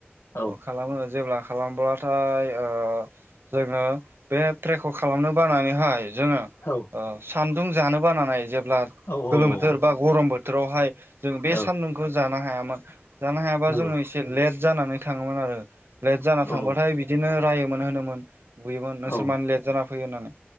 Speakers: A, on the left; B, on the right.
A: औ
B: खालामो जेब्ला खालामब्लाथाय ओ जोङो बे फ्रेखौ खालामनो बानानैहाय जोङो
A: औ
B: सान्दुं जानो बानानै जेब्ला
A: औ औ
B: गोलोम बोथोर
A: औ
B: बा गरम बोथोर बोथोरावहाय जों बे
A: औ
B: सान्दुंखौ जानो हायामोन जानो हायाबा
A: नंगौ
B: जोङो एसे लेट जानानै थाङोमोन आरो लेट जाना
A: औ
B: थांबाथाय बिदिनो रायोमोन होनोमोन। बुयोमोन नोंसोर
A: औ
B: मानो लेट जाना फैयो होननानै